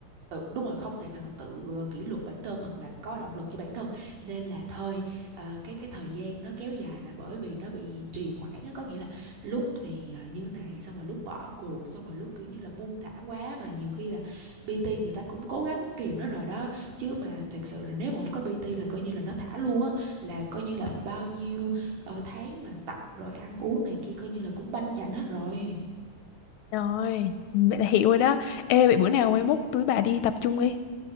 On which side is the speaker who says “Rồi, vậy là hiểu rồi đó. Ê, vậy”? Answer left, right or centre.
Left